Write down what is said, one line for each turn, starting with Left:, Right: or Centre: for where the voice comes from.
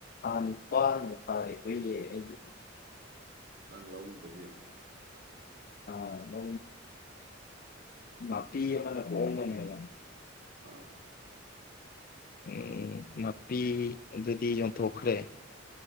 Left: ꯑꯥ ꯅꯤꯄꯥꯥꯟꯜꯅꯦ ꯄꯥꯔꯦ ꯑꯩꯈꯏ ꯑꯩꯒꯤꯗꯤ
Right: ꯅꯥꯡ ꯂꯥꯎꯒ ꯇꯒꯦ
Left: ꯑꯥ ꯅ ꯃꯥꯄꯤꯤ ꯃꯅꯦ ꯍꯣꯕꯅꯤ ꯍꯥꯏ ꯃꯥꯅꯤ
Right: ꯑꯥ
Left: ꯎ ꯅꯥꯄꯤ ꯑꯗꯨꯗꯤ ꯌꯣꯟꯊꯣꯛꯈ꯭ꯔꯦ